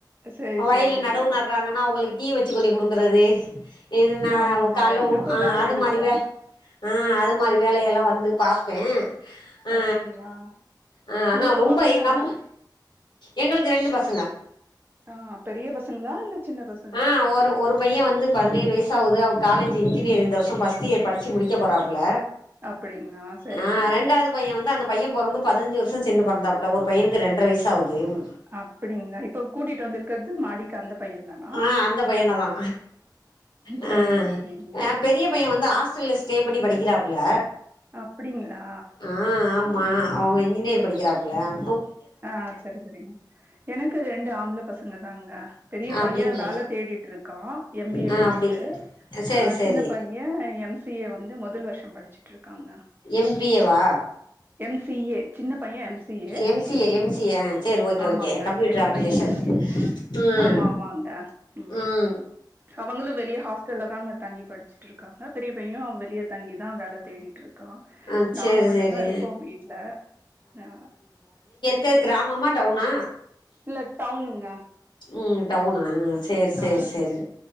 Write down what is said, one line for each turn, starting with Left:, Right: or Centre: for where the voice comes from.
Right: சரி
Left: வயல்ல
Right: சரிங்க.
Left: நடவு நடுறாங்கன்னா அவுங்குளுக்கு டீ வச்சி கொண்டு போய் குடுக்குறது இதுனா
Right: ஆமா ஆமாங்க.
Left: கால்ல
Right: இருக்கும்
Left: ஓ ஆ
Right: வேல
Left: அது
Right: இருக்கும்.
Left: மாரி வேல ஆ அது மாரி வேலையெல்லா வந்து பாப்பே ஆ
Right: அப்டிங்களா
Left: ஆ ஆனா
Right: உங்களுக்கு
Left: ரொம்ப
Right: பசங்கங்க
Left: எங்க அம்மா எங்களுக்கு ரெண்டு பசங்க
Right: ஆ பெரிய பசங்களா இல்ல சின்ன பசங்களா
Left: ஆ ஒரு ஒரு பையே வந்து பதினேழு வயசு ஆவுது அவே காலேஜ் இன்ஜினியர் இந்த வருஷோ ஃபர்ஸ்ட் இயர் படிச்சி முடிக்க போறாப்ல
Right: அப்டிங்களா சரிங்க
Left: ஆ ரெண்டாவது பையே வந்து அந்த பையே பொறந்து பதினஞ்சி வரு ஷோ செண்டு பெறந்தாப்ல ஒரு பையனுக்கு ரெண்ற வயசு சௌதையும்
Right: அப்படிங்களா இப்ப கூட்டிட்டு வந்துருக்குறது மாடிக்கு அந்த பையன் தானா
Left: ஆஅந்த பையன தா அ
Right: சரி சரிங்க
Left: அ பெரிய பையேன் வந்து ஹாஸ்டல்ல ஸ்டே பண்ணி படிக் கிறாப்புல
Right: அப்டிங்களா
Left: ஆ ஆம்மா
Right: ம்
Left: அவுங்க இன்ஜினியேர் படிக்கிறா இல்லம்
Right: ஆ சரி சரிங்க எனக்கு ரெண்டு ஆம்பள தின்னுதாங்க பெரிய பையே
Left: அப்டிங்க
Right: வேல தேடிட்டு இருக்கா எம் பி ஏ
Left: ஆ
Right: முடுச்சிட்டு
Left: அப்டி சேரி
Right: அ
Left: சேரி
Right: ஜின்ன பையே எம் சி ஏ வந்து மொ தல் வருஷோ படுச்சிட்டு இருக் காங்க
Left: எம் பி ஏ வா
Right: எம் சி ஏ சின்ன பையே M C A
Left: M C M C A அ சேரி ஓகே
Right: ஆமாங்க
Left: ஓகே கம்பூட்டர்
Right: பெரிய
Left: அப்ளிகேஷன்
Right: பையன் எம் பி ஏ
Left: உம்
Right: ஆமா ஆமாங்க ம்
Left: உம்
Right: அவங்களு வெளிய ஹாஸ்டல்ல தாங்க தங்கி படிச்சிட்டுருக் காங்க பெரிய பையேன் வெளிய தங்கிதா வேல தேடி ட்ருக்கா
Left: ஆ
Right: நாங்க
Left: சேரி
Right: மட்டுதா
Left: சேரி
Right: இருக்கோ வீட்டுல ஆ
Left: க கிராமமா டவுன்னா
Right: இல்ல டவுனுங்க
Left: ம் டவுன்னா சேர் சேர்
Right: ஆ
Left: சேரி